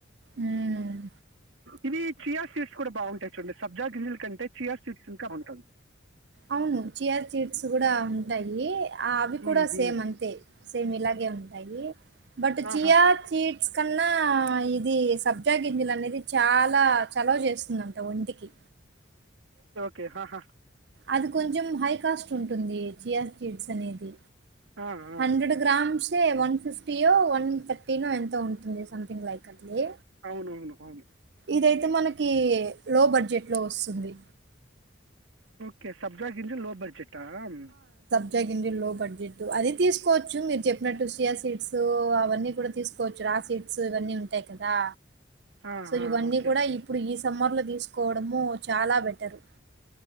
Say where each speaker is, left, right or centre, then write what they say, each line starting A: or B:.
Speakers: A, on the right; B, on the right.
A: ఉమ్మ్
B: ఇవి చియా సీడ్స్ కూడా బావుంటాయి చూడండి సబ్జా గింజల కంటే చియా సీడ్స్ ఇంకా బావుంటాది
A: అవును చియా సీడ్స్ కూడా ఉంటాయి అవి
B: ఉమ్,
A: కూడా సేమ్
B: ఉమ్.
A: అంతే సేమ్ ఇలా గే ఉంటాయి బట్
B: ఆహా.
A: చియా సీడ్స్ కన్నా ఇది సబ్జా గింజలు అనేది చాలా చలవ చేస్తుందంట ఒంటికి
B: కే హా హా
A: అది కొంచెం హై కాస్ట్ ఉంటుంది చియా సీడ్స్ అనేది
B: ఆ, ఆ.
A: హండ్రడ్ గ్రామ్స్ ఏ వన్ ఫిఫ్టీ యో వన్ తర్టీ నో ఎంతో ఉంటుంది సంథింగ్ లైక్ అట్లే
B: అవును అవును అవును
A: ఇదై తే మనకి లో బడ్జెట్ లో వస్తుంది
B: కే సబ్జా గింజలు లో బడ్జెట్ టాం
A: జా గింజలు లో బడ్జెట్ అది తీసుకోవచ్చు మీరు చెప్పినట్టు సియా సీడ్స్ అవన్నీ కూడా తీసుకోవచ్చు రా సీడ్స్ ఇవన్నీ ఉంటాయి కదా
B: ఆహా,
A: సో ఇవన్నీ
B: ఓకే
A: కూడా ఇప్పుడు ఈ సమ్మర్లో తీసుకోవడము చాలా బెటరు